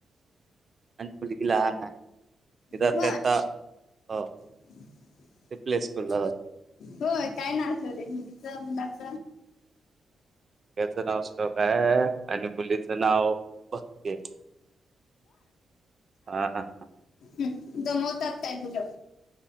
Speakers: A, on the right (about 35°); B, on the left (about 85°).
A: आणि मुलगी लहान आहे
B: हो
A: <inaudible>
B: <inaudible>
A: रिप्लेस करू लागलो
B: होय काय नाव ठेवले मुलीच मुलाच
A: याच नाव श्लोक आहे आणि मुलीच नाव भक्ती आहे हा हा हां
B: हम दमवतात काय मुलं